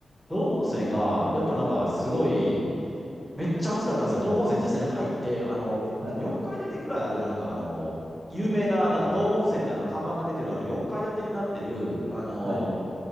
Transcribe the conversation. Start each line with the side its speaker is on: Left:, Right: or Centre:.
Centre: 道後温泉が、やっぱなんかすごい、めっちゃ暑かったんですよ。道後温泉実際に入って、あの、
Right: はい、
Centre: 4階建てぐらいある、なんかあの、有名な、なんか道後温泉ってあの、看板が出てる、あの、4階建てになってる、あの、
Right: はい、